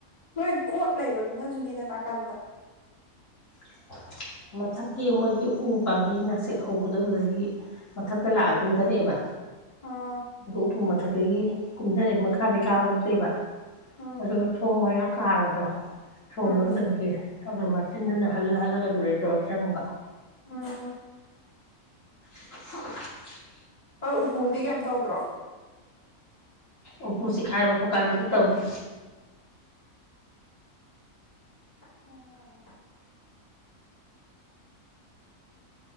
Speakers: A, on the left (about 30°); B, on the left (about 65°).
A: ꯅꯣꯏ ꯀꯣꯠ ꯂꯩꯕꯗꯨꯅ ꯖꯨꯅꯤꯗ ꯅꯥꯀꯥꯟꯗ
B: <inaudible> ꯃꯊꯛꯀꯤ ꯃꯣꯏꯒꯤ ꯎ ꯄꯥꯝꯕꯤ ꯅꯥꯁꯤꯛ ꯍꯧꯕꯗꯣ ꯑꯗꯨꯗꯒꯤ ꯃꯊꯛꯇ ꯂꯥꯛꯑ ꯀꯨꯝꯗꯔꯛꯑꯦꯕ
A: ꯑꯥ
B: ꯑꯗꯨꯒ ꯎꯄꯨ ꯃꯊꯛꯇꯒꯤ ꯀꯨꯟꯊꯔꯦ ꯃꯈꯥꯗꯩ ꯀꯥꯕ ꯅꯠꯇꯦꯕ
A: ꯎꯝ
B: ꯑꯗꯨꯒ ꯊꯣꯡ ꯃꯌꯥ ꯀꯥꯕꯗꯣ ꯁꯣ꯭ꯔ
A: ꯎꯝ
B: ꯂꯣꯟꯗꯕꯒꯤ ꯑꯗꯨ ꯃꯆꯤꯟꯗꯨꯅ ꯍꯜ ꯍꯜꯂꯒ ꯑꯗꯨꯒꯤ ꯇꯧꯔ ꯆꯪꯕ
A: ꯎꯝ
B: <inaudible>
A: ꯑꯥ ꯎꯄꯨꯗꯤ ꯀꯩꯝ ꯇꯧꯗ꯭ꯔꯣ
B: ꯎꯞꯄꯨ ꯆꯤꯈꯥꯏꯕ ꯈꯣꯠꯀꯥꯏꯕꯗꯤ ꯇꯧꯗꯦ
A: ꯑꯣ